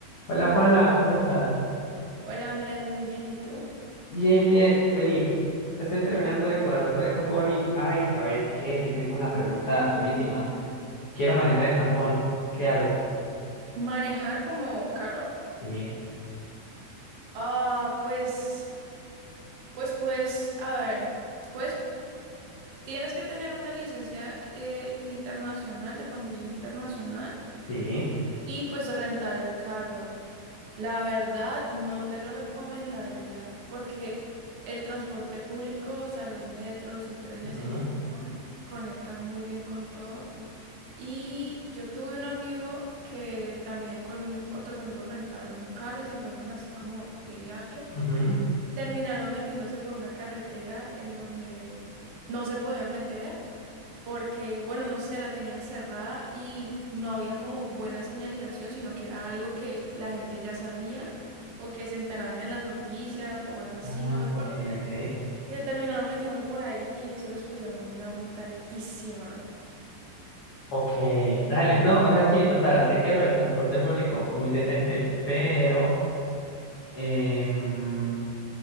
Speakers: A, on the left; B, on the right.
A: Hola Juana, ¿cómo estás?
B: Hola Andrés, muy bien, ¿y tú?
A: Bien, bien, vení. Estoy terminando de cuadrar lo de Japón y, ay, ¿sabes qué? Sí, tengo una pregunta durísima. Quiero manejar en Japón. ¿Qué hago?
B: ¿Manejar como carro?
A: Sí,
B: Ah, pues, pues, pues, a ver, pues tienes que tener una licencia eh, internacional de conducción internacional
A: sí.
B: y pues rentar el carro. La verdad, no te lo recomendaría porque el transporte público, o sea, los metros y trenes
A: ujú,
B: en Japón conectan muy bien con todo. Y yo tuve un amigo que también con otros amigos rentaron un carro y se fueron así como de viaje.
A: ujú.
B: Terminaron metiéndose por una carretera en donde no se podían meter porque, bueno, no sé, la tenían cerrada y no había como buena señalización, sino que era algo que la gente ya sabía o que se enteraban en las noticias o algo así,
A: Ah,
B: no me acuerdo
A: ok,
B: bien.
A: ok.
B: Y se terminaron metiendo por ahí y eso les pusieron una multa altísima.
A: Ok, dale. No, o sea, sí, total. Sé que lo del transporte público, muy decente, pero... em,